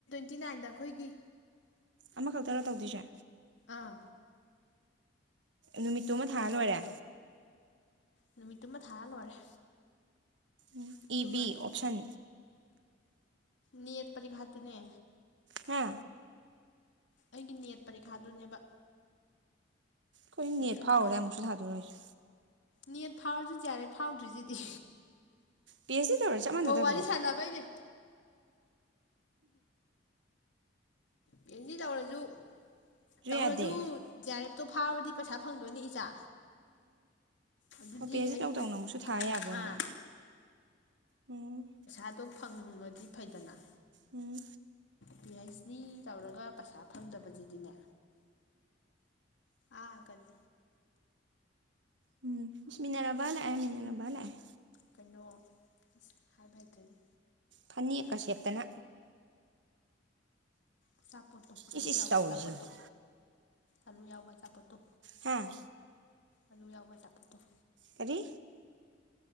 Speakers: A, on the left (about 70°); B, on the right (about 70°).
A: ꯇꯤꯇꯤ ꯅꯥꯏꯟꯗꯈꯣꯏꯒꯤ
B: ꯑꯃꯈꯛꯇꯔ ꯇꯧꯗꯣꯏꯁꯦ
A: ꯑꯥ
B: ꯅꯨꯃꯤꯠꯇꯨ ꯑꯃ ꯊꯥꯔ ꯂꯣꯏꯔꯦ
A: ꯅꯨꯃꯤꯠꯇꯨꯃ ꯊꯥꯔ ꯂꯣꯏꯔꯦ
B: ꯎ
A: ꯑꯗꯨꯒ
B: ꯏ ꯕꯤ ꯑꯣꯞꯁꯟ
A: ꯅꯠ ꯄꯔꯤꯈꯥꯠꯇꯅꯦ
B: ꯍꯥ
A: ꯑꯩꯒꯤ ꯅꯦꯠ ꯄꯔꯤꯈꯥꯗꯨꯅꯦꯕ
B: ꯍꯣꯏ
A: ꯑꯣꯞꯁꯟ
B: ꯅꯦꯠ ꯐꯥꯎꯈꯔꯗꯥꯏ
A: ꯈꯟꯕꯤ
B: ꯑꯃꯨꯛꯁꯨ ꯊꯥꯗꯣꯏꯔꫭ ꯍꯥꯏꯁꯦ
A: ꯅꯦꯠ ꯐꯥꯎꯔꯁꯨ ꯖꯤ ꯑꯥꯔ ꯑꯦꯐ ꯐꯥꯎꯗ꯭ꯔꯤꯁꯤꯗꯤ
B: ꯄꯤ ꯍꯥꯁ ꯗꯤ ꯇꯧꯔ ꯆꯞ ꯃꯥꯟꯅꯗꯕ꯭ꯔꯣ
A: ꯑꯣ ꯋꯔꯤ ꯁꯥꯟꯅꯕꯒꯤꯅꯦ ꯄꯤ ꯍꯥꯁ ꯗꯤ ꯇꯧꯔꯁꯨ ꯇꯧꯔꯁꯨ
B: ꯌꯥꯗꯦ
A: ꯖꯤ ꯑꯥꯔ ꯑꯦꯐꯇꯣ ꯐꯥꯎꯔꯗꯤ ꯄꯩꯁꯥ ꯐꯪꯗꯣꯏꯅꯦ ꯏꯆꯥ ꯑꯗꯨꯗꯤ
B: ꯎꯝ ꯄꯤ ꯍꯥꯁ
A: ꯑꯩ
B: ꯗꯤ ꯇꯧ ꯇꯧꯅ ꯑꯃꯨꯛꯁꯨ ꯊꯥ ꯌꯥꯕ ꯑꯣꯏꯔꯦ
A: ꯑꯥ
B: ꯎꯝ
A: ꯑꯗꯣ ꯐꯪꯉꯗꯤ ꯐꯩꯗꯅ
B: ꯎꯝ
A: ꯄꯤ ꯍꯥꯁ ꯗꯤ ꯇꯧꯔꯒ ꯄꯩꯁꯥ ꯐꯪꯗꯕꯁꯤꯗꯤꯅꯦ ꯑꯥ ꯀꯔꯤ
B: ꯎꯝ ꯏꯁ ꯃꯤꯅꯔꯥꯕꯥ ꯂꯥꯛꯑꯦ ꯃꯤꯅꯥꯔꯥꯕꯥ ꯂꯥꯛꯑꯦ
A: ꯀꯩꯅꯣ ꯑꯁ ꯍꯥꯏꯕ ꯍꯩꯇꯔꯅꯦ
B: ꯐꯅꯦꯛꯀ ꯁꯦꯠꯇꯅ
A: ꯑꯆꯥꯄꯣꯠꯇꯣ ꯑꯂꯨ
B: ꯏꯁ ꯏꯁ
A: ꯌꯥꯎꯕ
B: ꯇꯧꯔꯤꯁꯤ
A: ꯑꯆꯥꯄꯠꯇꯣ
B: ꯌꯦꯡꯉꯨ
A: ꯑꯂꯨ ꯌꯥꯎꯕ ꯑꯆꯥꯄꯠꯇꯣ
B: ꯍꯥꯥ
A: ꯑꯂꯨ ꯌꯥꯎꯕ ꯑꯆꯥꯄꯣꯠꯇꫭ
B: ꯀꯔꯤ